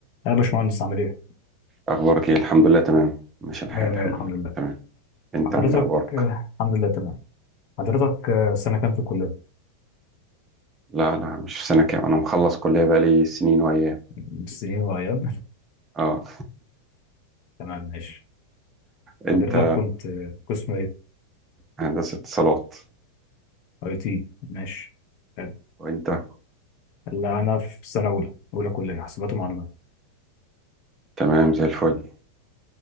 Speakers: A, on the left (about 45°); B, on the right (about 20°).
A: يا باشمهندس عامل ايه؟
B: أخبارك إيه؟ الحمد لله تمام ماشي الحال
A: مية مية
B: الحمد
A: الحمد
B: لله كله
A: لله
B: تمام أنت
A: حضرتك
B: عامل إيه أخبارك؟
A: آه، الحمد لله تمام حضرتك آه، سنة كام في الكلية؟
B: لا لا مش في سنة كام أنا مخلص كلية بقالي سنين وأيام
A: م- سنين وأيام
B: أه
A: <laughs> تمام ماشي
B: أنت
A: حضرتك كنت آه، قسم ايه؟
B: هندسة اتصالات
A: اي تي ماشي حلو
B: وأنت
A: لا أنا في سنة أولى أولى كلية حاسبات ومعلومات
B: تمام زي الفل